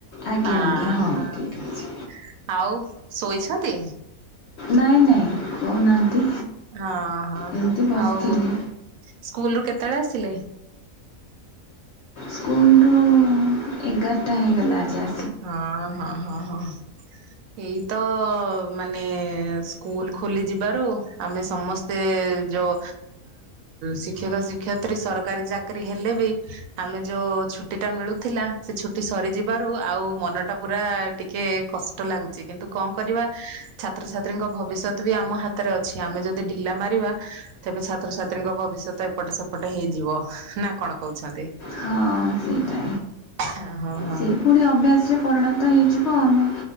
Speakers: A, on the left; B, on the right.
A: ଆଜ୍ଞା
B: ହେଁ
A: ଆଜ୍ଞା
B: ହଁ ହଁ
A: ଠିକ୍ ଅଛି।
B: ଆଉ? ଶୋଇଛନ୍ତି?
A: ନାଇଁ ନାଇଁ କହୁନାହାନ୍ତି
B: ହଁ ହଁ
A: ଏମିତି ବସିଥିଲି।
B: ଆଉ ସ୍କୁଲରୁ କେତେ ତେବେଳେ ଆସିଲେ?
A: ସ୍କୁଲରୁ ଏଗାରଟା ହେଇଗଲା ଯାଏ
B: ହଁ ହଁ ହଁ ହଁ ଏଇ ତ ମାନେ ସ୍କୁଲ ଖୋଲି ଯିବାରୁ ଆମେ ସମସ୍ତେ ଯୋଉ ଶିକ୍ଷକ, ଶିକ୍ଷୟତ୍ରୀ ସରକାରୀ ଚାକିରି ହେଲେ ବି ଆମେ ଯୋଉ ଛୁଟି ଟା ମିଳୁଥିଲା ସେ ଛୁଟି ସରିଯିବାରୁ ଆ ଆଉ ମନ ଟା ପୁରା ଟିକେ କଷ୍ଟ ଲାଗୁଛି, କିନ୍ତୁ କଣ କରିବା ଛାତ୍ରଛାତ୍ରୀଙ୍କ ଭବିଷ୍ୟତଃ ବି ଆମ ହାତରେ ଅଛି, ଆମେ ଯଦି ଢିଲା ମାରିବା ତେବେ ଛାତ୍ରଛାତ୍ରୀଙ୍କ ଭବିଷ୍ୟତଃ ଏପଟେ ସେପଟ ହେଇଯିବ, ନା କଣ କହୁଛନ୍ତି?
A: ହଁ ସେଇଟା
B: ହେଁ ହଁ ହଁ
A: ସିଏ ପୁଣି ଅଭ୍ୟାସରେ ପରିଣତ ହେଇଯିବ ଆମେ